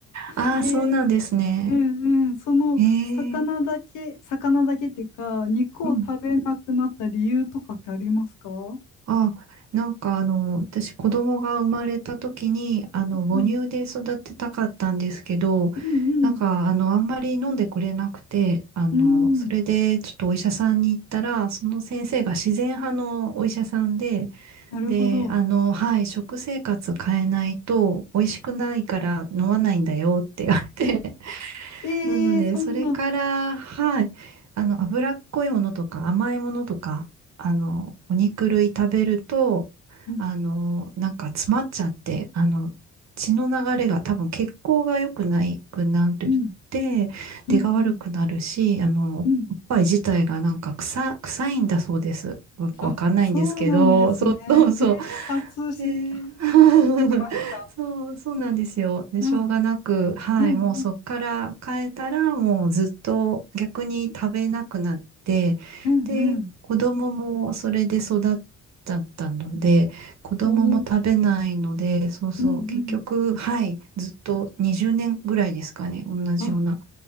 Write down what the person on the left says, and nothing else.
んで、
えーうんうん、その魚だけ、
魚だけっていうか、肉を食べなくなった理由とかってありますかう
ん
うんうんうん。
うん
なるほど。
ええそんな、
うん、
うん、うん、
うん、
うん。
あ、そうなんですね。
えー、初し、
初
めて聞きました。
あ、
うん、
うん、
うん、
うん。
おー、
うん、
うん。
あ、